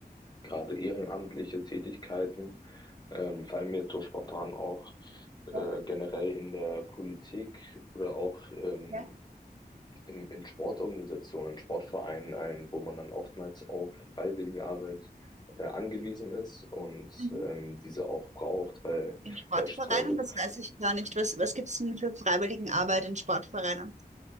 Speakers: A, on the left; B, on the right.
A: gerade ehrenamtliche Tätigkeiten ähm, fallen mir jetzt so spontan auch
B: Ja,
A: äh, generell in der Politik oder auch ähm,
B: ja.
A: in, in Sportorganisationen, Sportvereinen ein, wo man dann oftmals auf Freiwilligenarbeit äh, angewiesen ist und
B: Mhm.
A: ähm, diese auch braucht, weil
B: In Sportvereinen,
A: beispielsweise
B: das weiß ich gar nicht. Was, was gibt's denn für Freiwilligenarbeit in Sportvereinen?